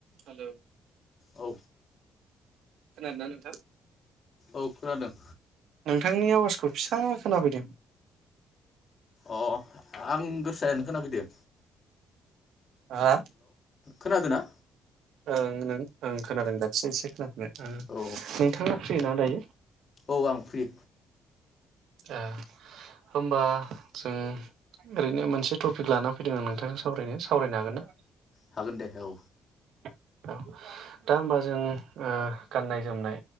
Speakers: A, on the right; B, on the left.
A: हेल
B: औ
A: खोनादो ना नोंथां?
B: औ खोनादों।
A: नोंथांनि आवाजखौ फिसा खोनाफैदों।
B: अ अ आं गोसायानो खोनाफैदो।
A: आ
B: खोनादो ना?
A: ओं नों ओं खोनादों दासो एसे खोनाफैबाय। ओ नोंथाङा
B: औ
A: फ्रि ना दायो?
B: औ आं फ्रि।
A: ए होमबा जों ओरैनो मोनसे टपिक लाना फैदों आं नोंथांजों सावरायनो सावरायनो हागोन ना?
B: हागोन दे औ
A: औ दा होमबा जों ओ गाननाय जोमनाय